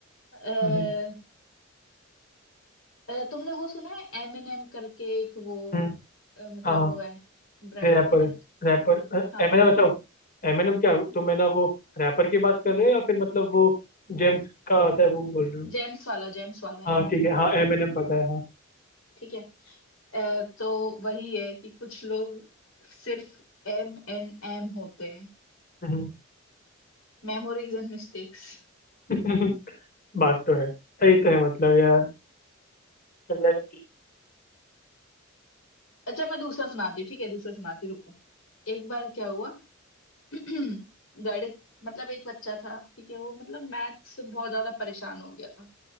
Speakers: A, on the left; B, on the left.
A: अ,
B: हम्म,
A: अ, तुमने वो सुना है एम एन एम करके एक वो
B: हम्म,
A: अ, मतलब
B: हाँ
A: वो है ब्रांड
B: Rapper
A: ठीक है
B: rapper
A: हाँ
B: एमएनएम बचाओ एमएनएम क्या तुम है ना वो रैपर की बात कर रहे हो या फिर मतलब वो जेम्स का आता है वो बोल रहे हो
A: जेम्स वाला जेम्स वाला
B: हाँ
A: एम एन
B: ठीक
A: एम
B: है हाँ एमएनएम पता है हाँ
A: ठीक है अ, तो वही है कि कुछ लोग सिर्फ एम एन एम होते हैं
B: हम्म,
A: मेमोरीज एंड मिस्टेक्स
B: <laughs> बात तो है सही तो है मतलब यार <laughs> यानी कि
A: अच्छा मैं दूसरा सुनाती हूँ ठीक है दूसरा सुनाती हूँ रुको एक बार क्या हुआ <clears throat> गणित मतलब एक बच्चा था ठीक है वो मतलब मैथ से बहुत ज्यादा परेशान हो गया था